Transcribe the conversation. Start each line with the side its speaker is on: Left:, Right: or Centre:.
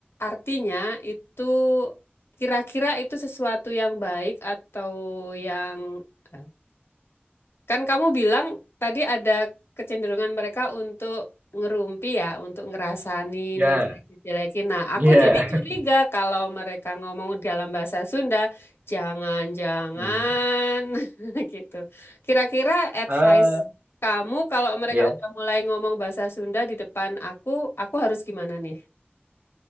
Left: artinya itu kira-kira itu sesuatu yang baik atau yang eh, Kan kamu bilang tadi ada kecenderungan mereka untuk ngerumpi ya, untuk ngerasanin,
Right: Ya.
Left: ngejelek-jelekin. Nah, aku
Right: Ya.
Left: jadi curiga kalau mereka ngomong dalam bahasa Sunda, jangan-jangan
Right: Hmm.
Left: <laughs> gitu. Kira-kira advice
Right: Ah,
Left: kamu kalau mereka
Right: ya.
Left: udah mulai ngomong bahasa Sunda di depan aku, aku harus gimana nih?